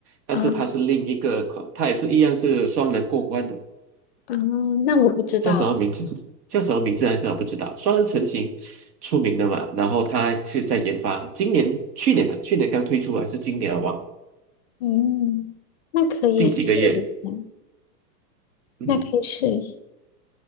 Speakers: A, on the right (about 65°); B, on the left (about 40°).
A: 但是他是另一个款，
B: 啊
A: 它也是一样是双人过关的，
B: 嗯，那我不知道。
A: 叫什么名字？叫什么名字来着？我不知道。双人成型出名的嘛，然后他是在研发，今年、去年的、去年刚推出还是今年啊？忘，
B: 嗯，那可以试一下，
A: 近几个月。嗯，
B: 那可以试一下。